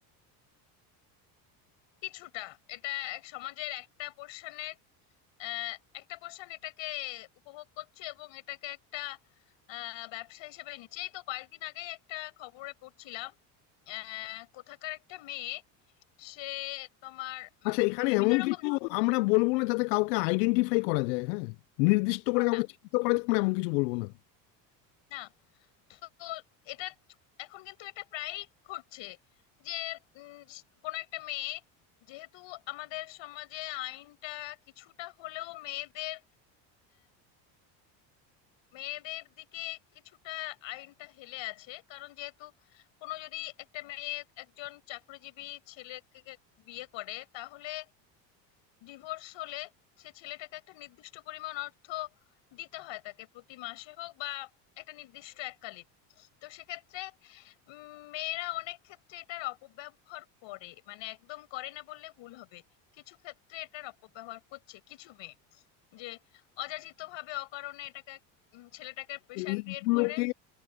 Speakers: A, on the left; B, on the left.
A: কিছুটা এটা এক সমাজের একটা পোর্শনের আহ, একটা পোর্শন এটাকে উপভোগ করছে এবং এটাকে একটা আহ, ব্যবসা হিসেবে নিচ্ছে এই তো কয়েকদিন আগেই একটা খবরে পড়ছিলাম আহ, কোথাকার একটা মেয়ে সে তোমার উম,
B: আচ্ছা এখানে
A: বিভিন্ন
B: এমন
A: রকম
B: কিছু
A: না
B: আমরা বলবো না যাতে কাউকে আইডেন্টিফাই করা যায় হ্যাঁ নির্দিষ্ট
A: না
B: করে কাউকে
A: না,
B: চিহ্নিত করা যায় আমরা এমন কিছু বলবো না
A: না। তো এটা এখন কিন্তু এটা প্রায়ই ঘটছে যে উম, কোনো একটা মেয়ে যেহেতু আমাদের সমাজে আইনটা কিছুটা হলেও মেয়েদের মেয়েদের দিকে কিছুটা আইনটা হেলে আছে কারণ যেহেতু কোনো যদি একটা মেয়ে একজন চাকরিজীবী ছেলেকে বিয়ে করে তাহলে ডিভোর্স হলে সে ছেলেটাকে একটা নির্দিষ্ট পরিমাণ অর্থ দিতে হয় তাকে প্রতি মাসে হোক বা একটা নির্দিষ্ট এককালীন তো সেক্ষেত্রে উম, মেয়েরা অনেক ক্ষেত্রে এটার অপব্যবহার করে মানে একদম করে না বললে ভুল হবে কিছু ক্ষেত্রে এটার অপব্যবহার করছে কিছু মেয়ে যে অযাচিত ভাবে অকারণে এটাকে উম, ছেলেটাকে প্রেশার
B: এইগুলোকে
A: ক্রিয়েট করে